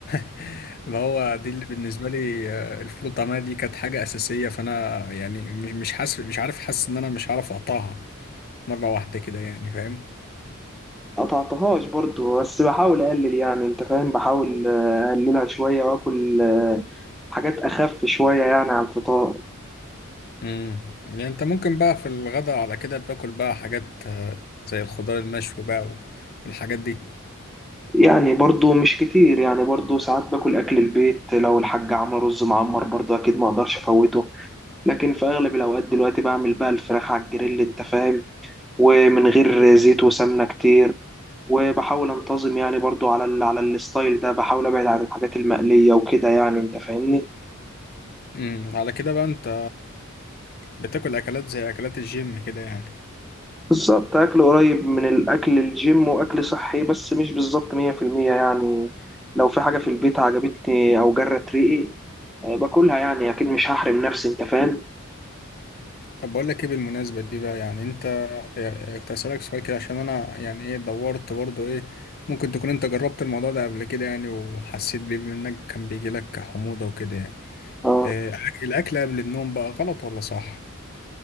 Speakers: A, on the left; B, in the centre.
A: <laughs> ما هو دي اللي بالنسبة لي آه، الفول والطعمية دي كانت حاجة أساسية فانا يعني مش مش حاسس مش عارف حاسس ان انا مش عارف اقطعها مرة واحدة كده يعني فاهم
B: قطعتهاش برضو بس بحاول اقلل يعني انت فاهم بحاول آه، اقللها شويه واكل آه، حاجات اخف شويه يعني على الفطار
A: امم يعني انت ممكن بقى في الغداء على كده بتاكل بقى حاجات آه، زي الخضار المشوي بقى والحاجات دي
B: يعني برضو مش كتير يعني برضو ساعات باكل اكل البيت لو الحاج عمل رز معمر برضو اكيد ما اقدرش افوته لكن في اغلب الاوقات دلوقتي بعمل بقى الفراخ على الجريل انت فاهم ومن غير زيت وسمنه كتير وبحاول انتظم يعني برضو على ال على الستايل ده بحاول ابعد عن الحاجات المقليه وكده يعني انت فاهمني
A: امم على كده بقى انت بتاكل اكلات زي اكلات الجيم كده يعني
B: بالظبط أكل قريب من الأكل الجيم وأكل صحي بس مش بالظبط 100% يعني لو في حاجة في البيت عجبتني أو جرت ريقي آه، باكلها يعني أكيد مش هحرم نفسي أنت فاهم
A: طب بقول لك ايه بالمناسبه دي بقى يعني انت يعني كنت هسألك سؤال كده عشان انا يعني ايه دورت برضو ايه ممكن تكون انت جربت الموضوع ده قبل كده يعني وحسيت بيه بما انك كان بيجي لك حموضه وكده يعني
B: اه
A: إيه الاكل قبل النوم بقى غلط ولا صح